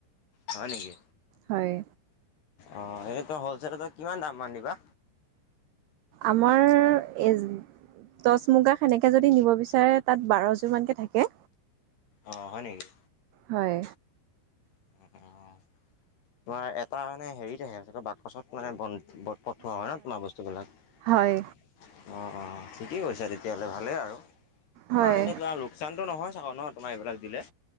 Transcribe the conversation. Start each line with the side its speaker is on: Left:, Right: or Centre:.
Left: হয় নেকি?
Right: হয়।
Left: অ' এইটো হ'লচেলত কিমান দাম মান দিবা?
Right: আমাৰ এজ টচ মুগা সেনেকে যদি নিব বিচাৰে তাত বাৰযোৰ মানকে থাকে।
Left: অ' হয় নেকি?
Right: হয়।
Left: তোমাৰ এটা মানে হেৰিত আহে, বাকচত মানে বট পঠোৱা হয় ন' তোমাৰ বস্তুবিলাক? অ',
Right: হয়
Left: অ' ঠিকে কৰিছা তেতিয়াহ'লে ভালেই আৰু। তোমাত
Right: হয়
Left: এনে তোমাৰ লোক চানটো নহয় চক নয় তোমাৰ এইবিলাক দিলে।